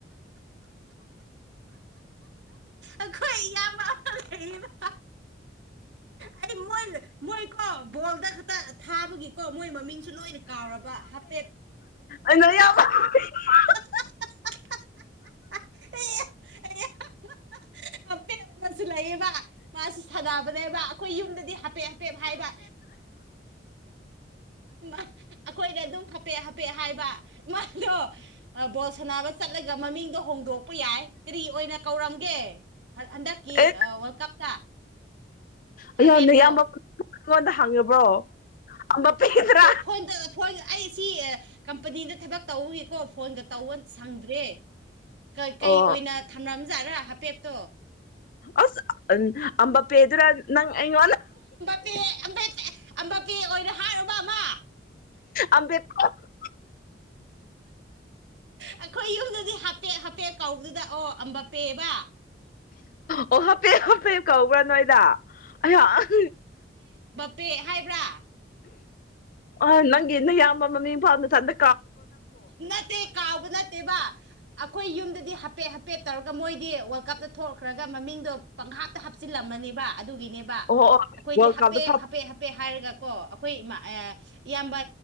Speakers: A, on the right; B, on the left.
A: ꯑꯈꯣꯏ ꯏꯌꯥꯝꯕ ꯑꯃꯥ ꯂꯩꯌꯦꯕ ꯑꯩ ꯃꯣꯏ ꯃꯣꯏꯀꯣ ꯕꯣꯜꯗ ꯈꯛꯇ ꯊꯥꯕꯒꯤꯀꯣ ꯃꯣꯏ ꯃꯃꯤꯡꯁꯨ ꯂꯣꯏꯅ ꯀꯥꯎꯔꯕ ꯍꯥꯄꯦꯠ
B: ꯑꯅ ꯌꯥꯝ ꯫ <unintelligible> <unintelligible>
A: ꯑꯦ ꯫ <unintelligible> <unintelligible> <unintelligible> ꯍꯥꯄꯦꯠ ꯑꯃꯁꯨ ꯂꯩꯌꯦꯕ ꯃꯥꯁꯨ ꯁꯥꯟꯅꯕꯅꯦꯕ ꯑꯩꯈꯣꯏ ꯌꯨꯝꯗꯗꯤ ꯍꯥꯄꯦꯠ ꯍꯥꯄꯦꯠ ꯍꯥꯏꯕ ꯑꯩꯈꯣꯏꯅ ꯑꯗꯨꯝ ꯍꯥꯄꯦꯠ ꯍꯥꯄꯦꯠ ꯍꯥꯏꯕ ꯃꯥꯗꯣ ꯕꯣꯜ ꯁꯅꯕ ꯆꯠꯂꯒ ꯃꯃꯤꯡꯗꯣ ꯍꯣꯡꯗꯣꯛꯄ ꯌꯥꯏ ꯀꯔꯤ ꯑꯣꯏꯅ ꯀꯧꯔꯝꯒꯦ ꯍꯟꯗꯛꯀꯤ
B: ꯑꯦ
A: ꯋꯥꯔꯜ ꯀꯞꯇ
B: ꯑꯩꯌꯥ
A: ꯍꯥꯄꯦꯞꯇꯣ
B: ꯅꯌꯥꯝꯕ ꯈꯣꯢꯉꯣꯟꯗ ꯍꯪꯉꯕ꯭ꯔꯣ <unintelligible>
A: ꯐꯣꯟꯗ ꯑꯩ ꯁꯤ ꯀꯝꯄꯅꯤꯗ ꯊꯕꯛ ꯇꯧꯕꯒꯤꯀꯣ ꯐꯣꯟꯒ ꯇꯧꯕ ꯁꯪꯗ꯭ꯔꯦ ꯀꯩ
B: ꯑꯣ
A: ꯑꯣꯏꯅ ꯊꯝꯔꯝꯖꯥꯠꯔꯥ ꯍꯥꯄꯦꯠꯇꯣ
B: ꯑꯁ ꯑꯝꯕꯄꯦꯗꯨꯔ ꯅꯪ ꯑꯩ
A: ꯑꯝꯕꯄꯦ ꯑꯣꯏꯅ ꯍꯥꯏꯔꯨꯕ ꯑꯃ
B: ꯑꯝꯕꯦꯗꯀ ꯫ <unintelligible> <unintelligible>
A: ꯑꯩꯈꯣꯏ ꯌꯨꯝꯗꯗꯤ ꯍꯄꯦ ꯍꯄꯦ ꯀꯧꯕꯗꯨꯗ ꯑꯣ ꯑꯦꯝ ꯕꯥꯟꯄꯦ ꯍꯥꯢꯕ ꯫
B: ꯑꯣ ꯍꯥꯞꯄꯦ ꯍꯥꯞꯄꯦ ꯀꯧꯕ꯭ꯔꯥ ꯅꯣꯏꯗ ꯑꯩꯍꯥꯛ
A: ꯄꯦ ꯍꯥꯏꯕ꯭ꯔꯥ
B: ꯑ ꯅꯪꯒꯤ ꯅꯌꯥꯝꯕ ꯃꯃꯤꯡꯐꯥꯎ ꯅꯊꯥꯟꯇ
A: ꯅꯠꯇꯦ ꯀꯥꯎꯕ ꯅꯠꯇꯦꯕ ꯑꯩꯈꯣꯏ ꯌꯨꯝꯗꯗꯤ ꯍꯥꯄꯦꯠ ꯄꯦꯠ ꯇꯧꯔꯒ ꯃꯣꯏꯗꯤ ꯋꯥꯔꯜ ꯀꯞꯇ ꯊꯣꯛꯛꯈ꯭ꯔꯒ ꯃꯃꯤꯡꯗꯣ ꯄꯪꯍꯥꯞꯇ ꯍꯥꯞꯆꯤꯜꯂꯝꯃꯅꯦꯕ ꯑꯗꯨꯒꯤꯅꯦꯕ
B: ꯑꯣ
A: ꯑꯩꯈꯣꯏꯗꯤ
B: ꯋꯥꯔꯜ
A: ꯍꯥꯄꯦꯠ
B: ꯀꯞꯇ ꯐꯥꯎ
A: ꯍꯥꯄꯦ ꯍꯥꯄꯦ ꯍꯥꯏꯔꯒ ꯀꯣ ꯑꯩꯈꯣꯏ ꯢꯃꯥ ꯏꯌꯥꯝꯕ